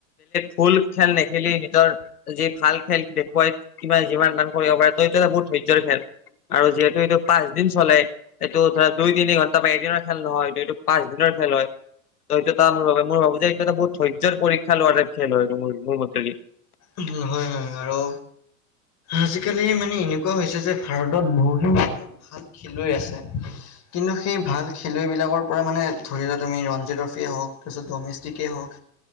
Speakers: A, on the left; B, on the left.
A: ফুল খেল নেখেলি নিজৰ যি ভাল খে খেল দেখুৱাই কিমা যিমান মান কৰিব পাৰে ত' ইটো এটা বহুত ধৈৰ্যৰ খেল। আৰু যিহেতু এইটো পাঁচ দিন চলে। এইটো ধৰা দুই-তিনি ঘণ্টা বা এদিনৰ খেল নহয়, এইটো এইটো পাঁচ দিনৰ খেল হয়। ত' সেটো এটা মোৰ বাবে মোৰ ভাবো যে এইটো এটা বহুত ধৈৰ্য্যৰ পৰীক্ষা লোৱা টাইপ খেল হয়, মোৰ মতেদি।
B: উম হয় হয় হয় আৰু আজিকালি মানে এনেকুৱা হৈছে যে ভাৰতত বহুখিনি য়ে ভাল খেলুৱৈ আছে। কিন্তু সেই ভাল খেলুৱৈবিলাকৰ পৰা মানে ধৰি লোৱা তুমি ৰঞ্জী ট্ৰফিয়েই হওক তাৰপিছত ডমেষ্টিকেই হওক